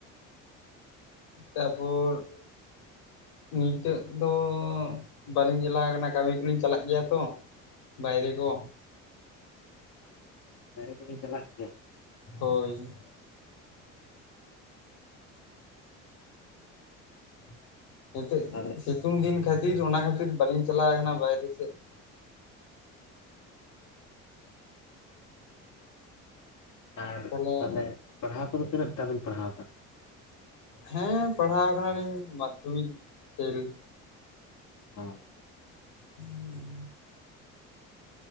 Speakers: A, on the left; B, on the left.
A: ᱛᱟᱯᱚᱨ ᱱᱤᱛᱚᱜ ᱫᱚ ᱵᱟᱹᱞᱤᱧ ᱪᱟᱞᱟᱣ ᱟᱠᱟᱱᱟ ᱠᱟᱹᱢᱤ ᱠᱚᱞᱤᱧ ᱪᱟᱞᱟᱜ ᱜᱮᱭᱟ ᱛᱚ᱾ ᱵᱟᱭᱨᱮ ᱠᱚ,
B: ᱵᱟᱦᱨᱮ ᱠᱚᱵᱮᱱ ᱪᱟᱞᱟᱜ ᱜᱮᱭᱟ?
A: ᱦᱳᱭ, <inaudible>
B: ᱛᱟᱦᱚᱞᱮ
A: ᱛᱩᱝ ᱫᱤᱱ ᱠᱷᱟᱹᱛᱤᱨ ᱚᱱᱟ ᱠᱷᱟᱹᱛᱤᱨ ᱵᱟᱞᱤᱧ ᱪᱟᱞᱟᱣ ᱠᱟᱱᱟ ᱵᱟᱭᱨᱮ ᱥᱮᱫ ᱾
B: ᱟᱨ
A: ᱛᱟᱦᱚᱞᱮ
B: ᱛᱟᱞᱦᱮ ᱯᱟᱲᱦᱟᱣ ᱠᱚᱫᱚ ᱛᱤᱱᱟᱹᱜᱴᱟ ᱵᱤᱱ ᱯᱟᱲᱦᱟᱣ ᱠᱟᱱ?
A: ᱦᱮᱸ ᱯᱟᱲᱦᱟᱣ ᱟᱠᱟᱱᱟᱞᱤᱧ ᱢᱟᱫᱽᱫᱷᱚᱢᱤᱠ ᱯᱷᱮᱞ ᱾
B: ᱚ,
A: <inaudible>